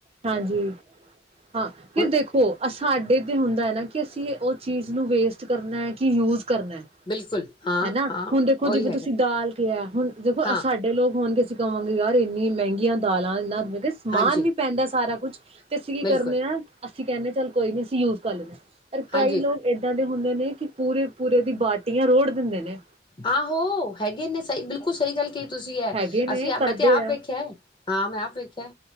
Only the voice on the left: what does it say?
ਹੁਣ
ਬਿਲਕੁਲ ਹਾਂ
ਹਾਂ
ਉਹੀ
ਹੈਗਾ
ਹਾਂ
ਹਾਂਜੀ
ਬਿਲਕੁਲ
ਹਾਂਜੀ
ਆਹੋ ਹੈਗੇ ਨੇ ਸਹੀ ਬਿਲਕੁਲ ਸਹੀ ਗੱਲ ਤੁਸੀ ਹੈ
ਅਸੀ
ਮੈਂ ਤੇ ਆਪ
ਵੇਖਿਆ ਹਾਂ ਮੈਂ ਆਪ ਵੇਖਿਆ